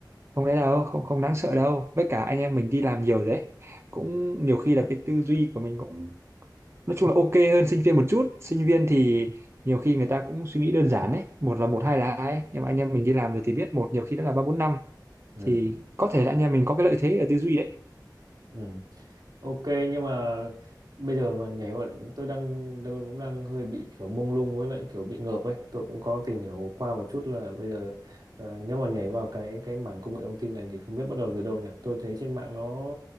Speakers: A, on the right; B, on the right.
A: không đấy đâu không không đáng sợ đâu với cả anh em mình đi làm nhiều rồi đấy cũng
B: Ừ.
A: nhiều khi là cái tư duy của mình cũng nói chung là ok hơn sinh viên một chút sinh viên thì nhiều khi người ta cũng suy nghĩ đơn giản đấy một là một hai là hai ấy. nhưng mà anh em mình đi làm rồi thì biết một nhiều khi đã là ba bốn năm
B: Ừ.
A: thì có thể là anh em mình có cái lợi thế ở tư duy đấy
B: Ừ. Ok nhưng mà bây giờ mà nhảy vào tôi đang tôi cũng đang hơi bị kiểu mông lung với lại kiểu bị ngợp ấy tôi cũng có tìm hiểu qua một chút là bây giờ ờ, nếu mà nhảy vào cái cái mảng công nghệ thông tin này thì không biết bắt đầu từ đâu nhỉ tôi thấy trên mạng nó